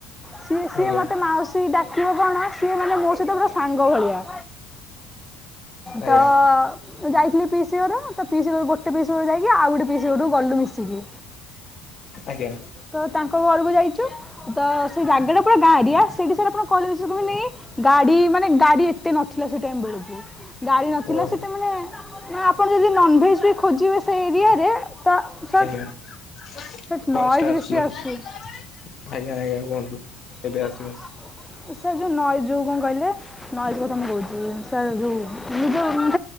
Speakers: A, in the centre; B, on the left (about 35°).
A: ସିଏ ସିଏ
B: ଆଜ୍ଞା
A: ମତେ ମାଉସୀ ଡାକିବ କଣ, ସିଏ ମାନେ ମୋ ସହିତ ପୁରା ସାଙ୍ଗ ଭଳିଆ।
B: ଆଜ୍ଞା
A: ତ ଯାଇଥିଲି ପିଇସି ଘର ତ ପିଇସି ଘରକୁ ଗୋଟେ ପିଇସି ଘରକୁ ଯାଇକି ଆଉ ଗୋଟେ ପିଇସି ଘରକୁ ଗଲୁ ମିଶିକି।
B: ଆଜ୍ଞା।
A: ତ ତାଙ୍କ ଘରକୁ ଯାଇଛୁ। ତ ସେଇ ଜାଗାଟା ପୁରା ଗାଁ ଏରିଆ। ସେଇଠି ସାର ଆପଣ କହିଲେ ବିଶ୍ୱାସ କରିବେନି ଗାଡି ମାନେ ଗାଡି ଏତେ ନଥିଲା ସେ ଟାଇମ ବେଳକୁ। ଗାଡି ନଥିଲା
B: ଓହୋ
A: ସେଟା ମାନେ ନା ଆପଣ ଯଦି ନନଭେଜ ବି ଖୋଜିବେ ସେ ଏରିଆରେ ତ ସାର୍
B: ଭଏସ
A: ସେଠି ନଏଜ୍
B: ଟା ଆସଛି
A: ବେଶୀ
B: ଆଜ୍ଞା
A: ଆସୁଛି
B: ଆଜ୍ଞା କୁହନ୍ତୁ?
A: <inaudible>
B: ଏବେ ଆସିବ
A: ସାର୍ ଯୋଉ ନଏଜ ଯୋଉ କଣ କହିଲେ ନଏଜ କଥା ମୁଁ କହୁଛି ସାର୍ ଯୋଉ